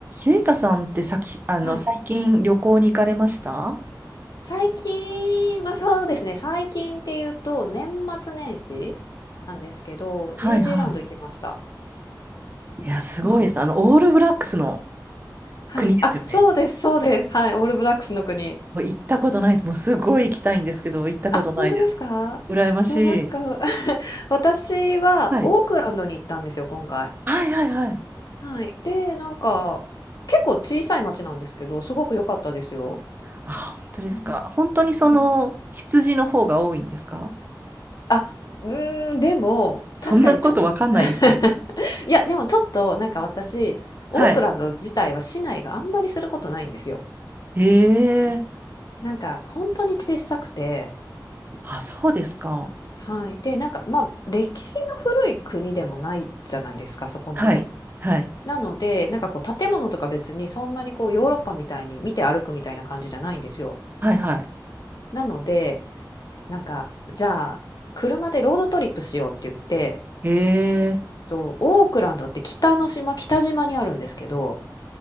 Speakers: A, on the right; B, on the left.
A: ゆいかさんってさき、あの、
B: はい。
A: 最近旅行に行かれました
B: 最近、まあそうですね、最近っていうと、年末年始なんですけど、
A: はいはい。
B: ニュージーランド行きました。
A: いや、すごいです。
B: うん。
A: あの、オールブラックスの
B: はい。
A: 国ですよね。
B: あ、そうです、そうです。はい。オールブラックスの国。
A: もう行ったことないです。もうすごい行きたいんですけど、行ったことないです。
B: あ、本当ですかそう、
A: 羨ましい。
B: なんか <laughs> 私はオークランドに行ったんですよ、
A: はい。
B: 今回。
A: はいはいはい。
B: はい。で、なんか、結構小さい町なんですけど、すごく良かったですよ。
A: あ、本当ですか。
B: うんはい
A: 本当にその、羊の方が多いんですか
B: あ、うーん、でも、
A: そんなことわかんないですよね。
B: 確かにちょっ <laughs> いや、でもちょっと、なんか私、オークランド自体は市内があんまりすることないんですよ。
A: はい。へえ。
B: なんか、本当に小さくて、
A: あ、そうですか。
B: はい。で、なんか、まあ、歴史の古い国でもないじゃないですか、そこまで。
A: はい。はい。
B: なので、なんかこう、建物とか別にそんなにこう、ヨーロッパみたいに見て歩くみたいな感じじゃないんですよ。
A: はいはい。
B: なので、なんか、じゃあ、車でロードトリップしようって言って、
A: へえ。
B: と、オークランドって北の島、北島にあるんですけど、